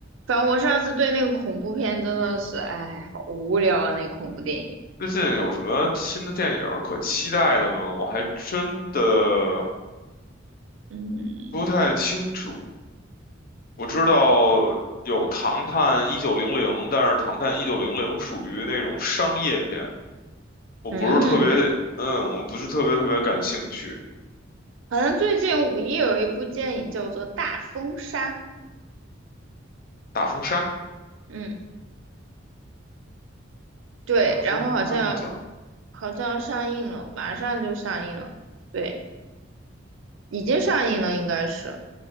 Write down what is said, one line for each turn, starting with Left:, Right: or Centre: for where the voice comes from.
Right: 反正我上次对那个恐怖片真的是，哎，好无聊啊，那恐怖电影。
Left: 最近有什么新的电影儿可期待的吗？我还真的
Right: 嗯
Left: 不太清楚。我知道有《唐探一九零零》，但是《唐探一九零零》属于那种商业片，我不是特别，
Right: 嗯，
Left: 嗯，我不是特别特别感兴趣。
Right: 好像最近五一有一部电影叫做《大风沙》。
Left: 大风沙，
Right: 嗯，对，
Left: 大风沙的奖，
Right: 然后好像好像要上映了，马上就上映了。对。已经上映了，应该是